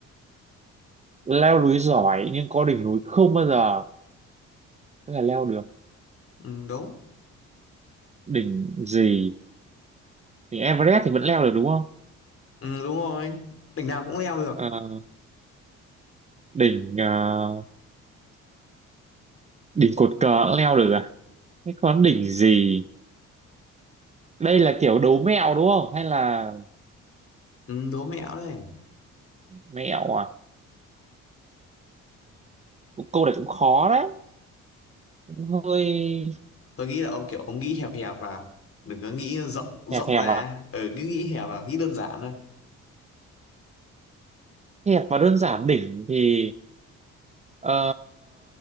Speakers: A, on the right; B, on the left.
A: leo núi giỏi nhưng có đỉnh núi không bao giờ có thể leo được
B: Ừ, đúng.
A: đỉnh gì đỉnh Everest thì vẫn leo được đúng không
B: Ừ, đúng rồi. Đỉnh nào cũng leo được.
A: Ờ, đỉnh ờ, đỉnh cột cờ cũng leo được à thế còn đỉnh gì đây là kiểu đố mẹo đúng không hay là
B: Ừ, đố mẹo đấy.
A: mẹo à cũng câu này cũng khó đấy cũng hơi
B: Tôi nghĩ là ông kiểu ông nghĩ hẹp hẹp vào. Đừng có nghĩ rộng rộng
A: hẹp hẹp
B: ra.
A: à
B: Ừ, cứ nghĩ hẹp vào, nghĩ đơn giản thôi.
A: hẹp và đơn giản đỉnh thì ờ,